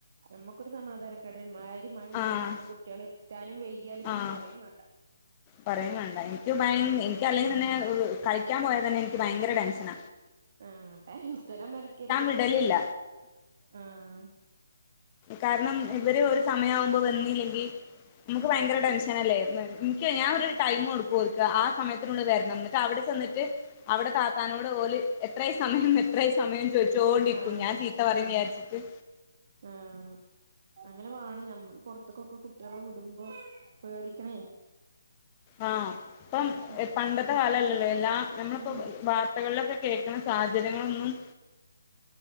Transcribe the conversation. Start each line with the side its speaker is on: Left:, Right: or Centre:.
Right: നമ്മുക്കൊരു സമാധാന കേട് ഇമാരി മഴയും
Left: ആഹ്
Right: പെയ്യുമ്പോ കുട്ടിയാളെ എത്താനും വെയ കിയാല് പിന്നെ
Left: ആഹ്
Right: പറയും വേണ്ട
Left: പറയും വാണ്ട എൻക്ക് ഭ
Right: ഉം
Left: എനിക്ക് അല്ലെങ്കിൽ തന്നെ കളിക്കാൻ പോയ തന്നെ എനിക്ക് ഭയങ്കര ടെൻഷന
Right: ആഹ് ടെൻഷനൊന്നും അടിക്കരുത്
Left: വിടലില്ല
Right: ആഹ്
Left: കാരണം ഇവര് ഒരു സമയ ആവുമ്പൊ വന്നില്ലെങ്കിൽ നമുക്ക് ഭയങ്കര ടെൻഷൻ ങ്ങനെ അല്ലായിരുന്നു ഇൻക്ക് ഞാൻ ഒരു ടൈം കൊടുക്കും ഓൽക്ക് ആ സമയത്തിനുള്ള്ല് വര്ണം ന്ന് എന്നിട്ട് അവിടെ ചെന്നിട്ട് അവിടെ താത്താനോട് ഓല് എത്രായി സമയം എത്രയി സമയം ചോയ്ച്ചോണ്ടിരിക്കും
Right: ആഹ്
Left: ഞാൻ ചീത്ത പറയും വിചാര്ച്ച്ട്ട്
Right: ആഹ് അങ്ങനെ വേണം ഞമ്മള് പൊർത്ത്ക്കൊക്കെ കുട്ടിയാളെ വിടുമ്പോ പേടിക്കണേ
Left: ആഹ് ഇപ്പം
Right: ഉം
Left: പണ്ടത്തെ കാലല്ലല്ലോ എല്ലാം നമ്മളിപ്പോ
Right: ഉം
Left: <unintelligible> <unintelligible> ളിലൊക്കെ കേക്ക്ണ സാഹചര്യങ്ങളൊന്നും